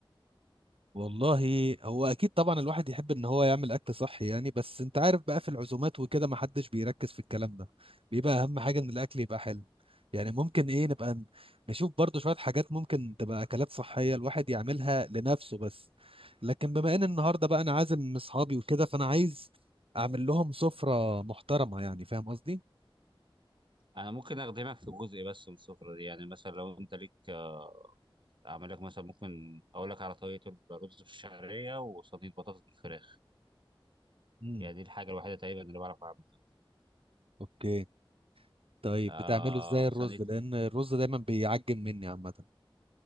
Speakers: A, on the right; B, on the right.
A: والله هو اكيد طبعا الواحد يحب ان هو يعمل اكل صحي يعني بس انت عارف بقى في العزومات وكده ما حدش بيركز في الكلام ده بيبقى اهم حاجه ان الاكل يبقى حلو يعني ممكن ايه نبقى ن- نشوف برضو شويه حاجات ممكن تبقى اكلات صحيه الواحد يعملها لنفسه بس لكن بما ان النهارده بقى انا عازم اصحابي وكده فانا عايز اعمل لهم سفره محترمه يعني فاهم قصدي
B: انا ممكن اخدمك في جزء بس من السفره دي يعني مثلا لو انت ليك آه، اعمل لك مثلا ممكن اقول لك على طريقه الرز بالشعريه وصينيه بطاطس بالفراخ
A: امم
B: يعني دي الحاجه الوحيده تقريبا اللي بعرف اعملها
A: اوكي طيب
B: آه
A: بتعمله ازاي الرز
B: صينيه
A: لان الرز دايما بيعجن مني عامه